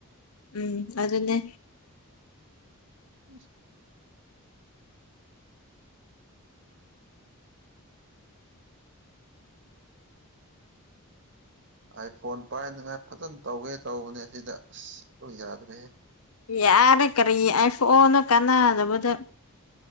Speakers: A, on the left; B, on the right.
A: ꯎꯝ ꯑꯗꯨꯅꯦ
B: ꯎ <unintelligible> ꯑꯥꯢꯐꯣꯟ ꯄꯥꯏꯅꯉꯥꯏ ꯐꯖꯅ ꯇꯧꯒꯦ ꯇꯧꯕꯅꯦ ꯁꯤꯗ ꯑꯁ ꯂꯣꯏꯟ ꯌꯥꯗ꯭ꯔꯦꯍꯦ
A: ꯌꯥꯔꯦ ꯀꯔꯤ ꯑꯥꯢꯐꯣꯟꯅꯣ ꯀꯥꯟꯅꯗꯕꯗꯥ